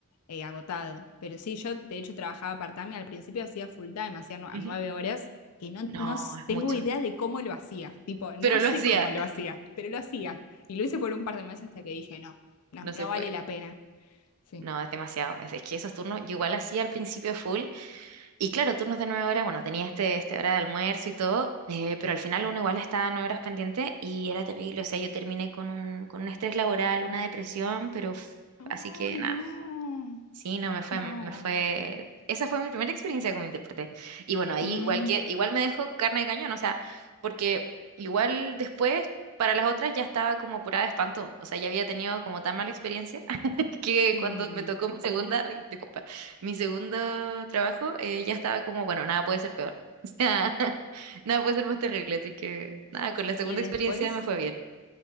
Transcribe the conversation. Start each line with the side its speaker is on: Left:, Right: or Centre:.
Left: eh, agotado. Pero sí, yo de hecho trabajaba part-time, y al principio hacía full-time, hacía nu- a
Right: Ujú.
Left: nueve horas, que no,
Right: No,
Left: no s-
Right: es
Left: tengo
Right: mucho.
Left: idea de cómo lo hacía. Tipo, no
Right: Pero lo
Left: sé
Right: hacía.
Left: cómo lo hacía, pero lo hacía. Y lo hice por un par de meses hasta que dije, no, no,
Right: No
Left: no
Right: se puede.
Left: vale la pena. Sí.
Right: No, es demasiado. Es, es que esos turnos, yo igual hacía al principio full. Y claro, turnos de nueve horas, bueno, tenía este, este hora de almuerzo y todo, eh, pero al final uno igual estaba nueve horas pendiente y era terrible. O sea, yo terminé con un, con un estrés laboral, una depresión, pero f-
Left: ¡Ay,
Right: así que nada.
Left: no!
Right: Sí, no, me fue,
Left: No.
Right: me fue, esa fue mi primera experiencia como intérprete. Y bueno, ahí
Left: Mm,
Right: igual que, igual me dejó carne de cañón, o sea, porque igual después para las otras ya estaba como curada de espanto, o sea, ya había tenido como tan mala experiencia <laughs> que
Left: mm.
Right: cuando me tocó mi segunda, ay, disculpa, mi segundo trabajo, eh, ya estaba como, bueno, nada puede ser peor, <laughs> o sea, <laughs> nada puede ser más terrible, así que nada, con la segunda
Left: Y después,
Right: experiencia me fue bien.